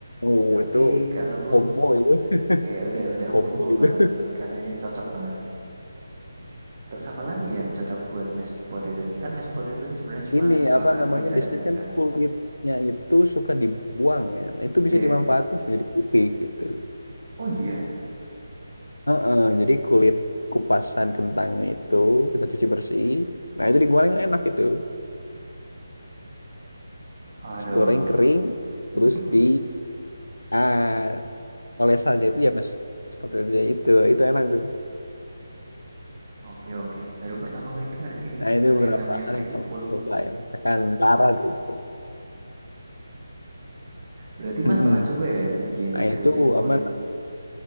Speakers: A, on the left; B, on the right.
A: Oh,
B: Steak
A: itu
B: ataupun
A: combo itu,
B: ya udah
A: <laughs>
B: udah
A: combo
B: combo
A: itu.
B: banget tuh rasanya cocok banget. Terus apa lagi yang cocok buat mashed potato ini? Kan mashed potato ini sebenarnya cuma
A: Ini
B: eh,
A: apa
B: karbohidratnya
A: namanya? Biasanya kan
B: kan.
A: kulitnya itu suka dibuang ya. Nah, itu
B: Iya.
A: bisa
B: Yeah.
A: dimanfaatkan menjadi kupik gitu.
B: Oh iya.
A: Heeh, jadi kulit kupasan kentangnya itu kita cuci bersih. Nah, itu digoreng enak itu.
B: Aduh.
A: Terus Goreng kering
B: Hmm,
A: terus di ah, olesannya itu ya mas seperti itu ya itu itu enak tuh
B: oke oke. Baru pertama kali dengar segini
A: nah itu
B: ada
A: beberapa
B: yang namanya
A: hal
B: keripik
A: yang pernah
B: kulit.
A: aku coba ya makan karat itu
B: Berarti Mas
A: Mm-mm.
B: pernah coba ya bikin
A: nah
B: keripik
A: itu
B: kulit?
A: apa